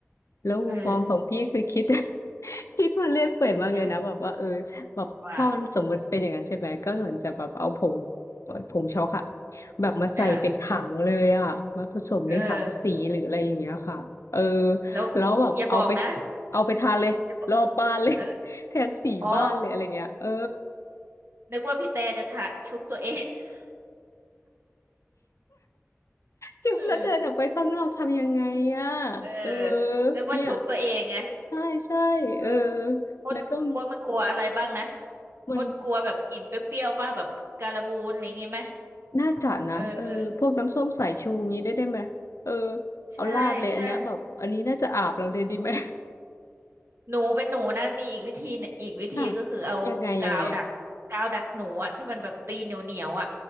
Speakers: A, on the left; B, on the right.
A: แล้วมุมมองของพี่คือคิด
B: เออ
A: <laughs> คิดมาเล่นเปื่อยมากเลยนะแบบว่าเออแบบถ้ามันสมมติเป็นอย่างนั้นใช่ไหมก็เหมือนจะแบบเอาผง
B: นะว่า
A: ผงช็อกอะแบบมาใส่เป็นถังเลยอะมาผสมในถังสีหรืออะไรอย่างเงี้ยค่ะเออ
B: เออเออแล้ว
A: แล้วแบบเอาไป
B: อย่าบอกนะ
A: เอาไปทานเลยรอบบ้านเลย
B: อย่าบอกเออ
A: <laughs> แทนสีบ้านเลยอะไรเงี้ยเออ
B: อ๋อนึกว่าพี่แต่จะทะชุบตัวเอง <laughs>
A: จุ๊บแล้วเดินออกไปข้างนอกทำยังไงอ่ะ
B: เออ เออ
A: เออ
B: นึกว่าชุบตัวเองไง
A: เนี่ยใช่ใช่เออ
B: เออมดมดมันกลัวอะไรบ้างนะ
A: แล้วก็มัน
B: มดกลัวแบบกลิ่นเปรี้ยวๆป่ะแบบการบูนอะไรอย่างงี้ไหม
A: น่าจะนะเออพวกน้ำส้มสายชูงี้ได้ได้ไหมเออ
B: เออ
A: เอาราดเลยอันเนี้ยแบบอันนี้น่าจะอาบเราเลยดีไหม
B: ใช่ใช่หนูเป็นหนูนะมีอีกวิธีหนึ่งอีกวิธีก็คือเอากาวดักกาวดักหนูอะที่มันแบบตีนเหนียวเหนียวอะ
A: <laughs> ค่ะ <laughs> ยังไงยังไง